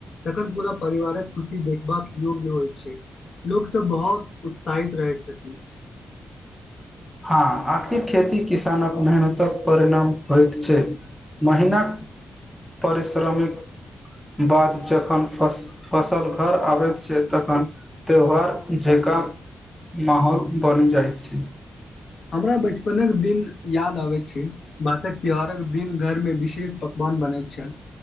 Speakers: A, on the left; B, in the centre.
A: तखन पूरा परिवारक खुशी देखबाक योग्य होइ छै लोकसभ बहुत उत्साहित रहै छथिन
B: हँ आखिर खेती किसानक मेहनतक परिणाम होइत छै महिनाक परिश्रमिक बाद जखन फस फसल घर आबैत छै तखन त्यौहार जे का माहौल बने जाइत छै
A: हमरा बचपनक के दिन याद आबे छै भातक त्योहारक दिन घर में विशेष पकवान बनैत छै